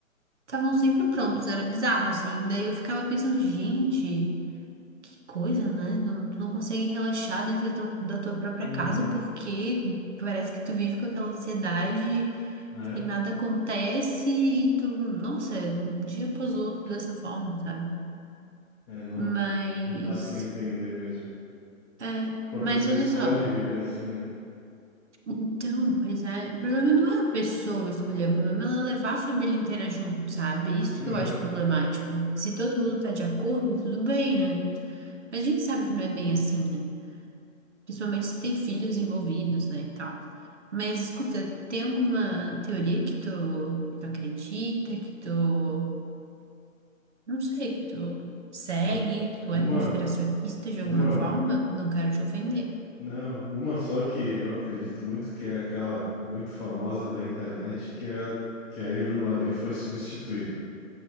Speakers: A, on the right; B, on the left.
A: estavam sempre prontos, era bizarro assim. Daí eu ficava pensando, gente, Que coisa, né? Não, tu não consegue relaxar dentro da tua, da tua própria
B: Uhum,
A: casa porque parece que tu vive com aquela ansiedade
B: né?
A: e nada acontece e tu, nossa, é um dia após outro dessa forma, sabe?
B: É, não,
A: Mas,
B: não dá para entender mesmo.
A: é,
B: Tipo, a
A: mas
B: pessoa
A: olha
B: escolhe
A: só.
B: viver assim, né?
A: Então, pois é, o problema não é a pessoa escolher, o problema é ela levar a família inteira junto, sabe? Isso
B: Uhum.
A: que eu acho problemático. Se todo mundo tá de acordo, tudo bem, né? Mas a gente sabe que não é bem assim, né? Principalmente se tem filhos envolvidos, né, e tal. Mas escuta, tem alguma teoria que tu, que tu acredita, que tu, não sei, que tu segue,
B: Olha,
A: tu
B: uma,
A: é conspiracionista de
B: uma,
A: alguma forma? Não quero te ofender.
B: não, uma só que eu acredito muito que é aquela muito famosa da internet, que é a, que a Avril Lavigne foi substituída.